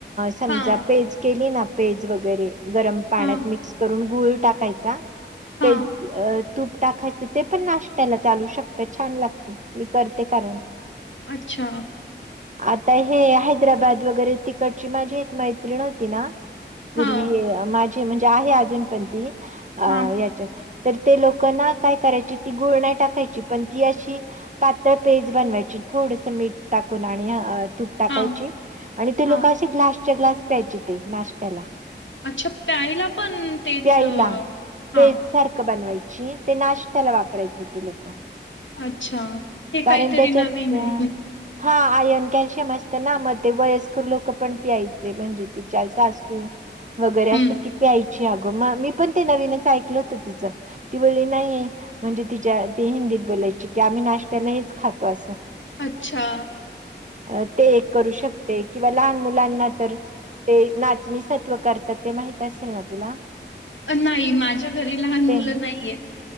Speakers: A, on the right (about 40°); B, on the left (about 85°).
A: समजा
B: हां,
A: पेज केली ना? पेज वगैरे- गरम पाण्यात
B: हां,
A: मिक्स करून गूळ टाकायचा.
B: हां.
A: पेज अ - तूप टाकायचं. ते पण नाश्त्याला चालू शकत. छान लागत मी करते कारण.
B: अच्छा.
A: आता हे हैदराबाद वगैरे तिकडची माझी एक मैत्रीण होती ना- पूर्वी
B: हां,
A: माझी म्हणजे आहे अजून पण ती. अ
B: हां,
A: याच्यात- तर ते लोकना काय करायची ती गुळ नाही टाकायची. पण ती अशी- पातळ पेस्ट बनवायची थोडस मीठ टाकून आणि- तूप टाकायची
B: हां,
A: आणि ते
B: हां.
A: लोक असे ग्लासच्या ग्लास प्यायचे ते नाश्त्याला.
B: अच्छा प्यायला पण तेच,
A: प्यायला
B: हा.
A: पेज सारखं बनवायची ते नाश त्याला वापरायचे ते लोक.
B: अच्छा. हे
A: कारण
B: काहीतरी
A: त्याच्यात
B: नवीन
A: अ
B: आहे.
A: हा. आयर्न कॅल्शियम असत ना? मग ते वयस्कर लोक पण प्यायचे म्हणजे तिच्या सासू- वगैरे असं
B: हं.
A: कि प्याय- ची अग. मी पण ते नवीनच ऐकल होत तिच. ती बोलली नाही, म्हणजे तिच्या - ते बोलायची की आम्ही नाशत्याला हेच खातो असं-
B: अच्छा.
A: अ ते एक करू शकते किंवा लहान मुलांना तर- ते नाचणीसत्त्व करतात ते माहित असेल ना तुला?
B: नाही माझ्या घरी लहान
A: ते
B: मुलं नाहीयेत.